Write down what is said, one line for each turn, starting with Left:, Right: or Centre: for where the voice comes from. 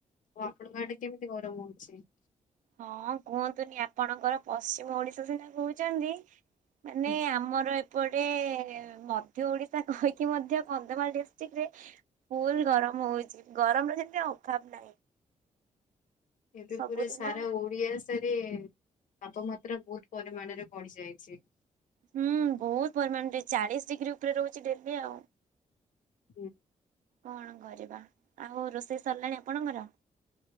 Left: ଓ ଆପଣଙ୍କ ଆଡେ କେମିତି ଗରମ ହଉଛି?
Right: ହଁ କୁହନ୍ତୁନି ଆପଣଙ୍କର ପଶ୍ଚିମ ଓଡିଶା ସେଇଥିପାଇଁ କହୁଛନ୍ତି। ମାନେ
Left: ହୁଁ,
Right: ଆମର ଏପ ପଟେ ମଧ୍ୟ ଓଡିଶା କହିକି ମଧ୍ୟ କନ୍ଧମାଳ ଡିଷ୍ଟ୍ରିକ୍ ରେ ଫୁଲ ଗରମ ହଉଛି ଗରମର ଯେମିତି ଅଭାବ ନାହିଁ।
Left: ଏବେ
Right: ସବୁଦିନ
Left: ପୁରା ସାରା ଓଡ଼ିଆ ସାରେ ତାପମାତ୍ରା ବୋହୁତ୍ ପରିମାଣରେ ବଢ଼ିଯାଇଚି।
Right: ହୁଁ ବୋହୁତ ପରିମାଣରେ ଚାଳିଶ୍ ଡ଼ିଗ୍ରୀ ଉପରେ ରହୁଛି ଡ଼େଲି ଆଉ।
Left: ହୁଁ,
Right: କଣ କରିବା ଆଉ ରୋଷେଇ ସରିଲାଣି ଆପଣଙ୍କର?